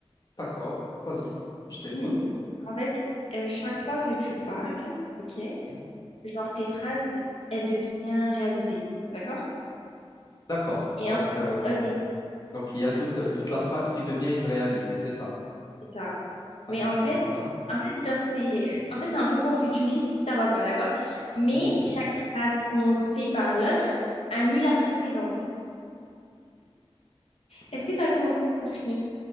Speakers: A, on the left; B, on the left.
A: D'accord, vas-y, je t'écoute.
B: <clears throat> Hmm. En fait, euh, chaque fois que tu parles, ok,
A: Mhm.
B: genre tes phrases, elles deviennent réalité, d'accord?
A: D'accord.
B: Et
A: Donc,
B: en-
A: euh,
B: ok, ouais,
A: donc, il y a toute, toute la phrase qui devient une réalité, c'est ça?
B: c'est ça.
A: <laughs>
B: Mais en fait,
A: Ah,
B: en fait, genre c'est, <laughs> en fait, c'est un peu confus. Tu me dis si ça va pas, d'accord? Mais
A: D'accord.
B: chaque phrase prononcée par l'autre annule la précédente. Est-ce que t'as compris?